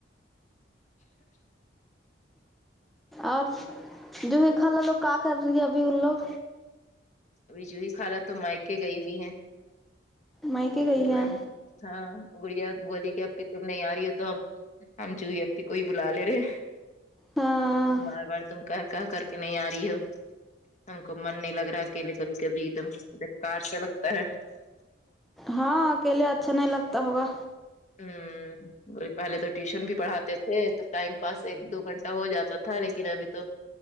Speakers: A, in the centre; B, on the left (about 40°).
A: اور جو ہی خالا لوگ کا کر رہی ہے ابھی ان لوگ
B: ابھی جوئی خالا تو مائکے گئی ہووے ہے
A: میکے گئی
B: ابھی
A: ہے
B: وہی ہاں گڑیا بولی کہ اب کے تم نہیں آ رہی ہو تو ہم جوئی ایپی کوہی بلا لے رہے ہیں
A: ہاں
B: بار بار تم کہ کہ کر کے نہیں آ رہی ہو ہم کو من نہیں لگ رہا ہے اکلے کبھی کبھی ایک دم بیکار سا لگتا ہے
A: ہاں اکیلے اچھا نہیں لگتا ہوگا
B: ہوں وہی پہلے تو ٹیوشن بھی پڑھاتے تھے تو ٹائم پاس ایک دو گھنٹہ ہو جاتا تھا لیکن ابھی تو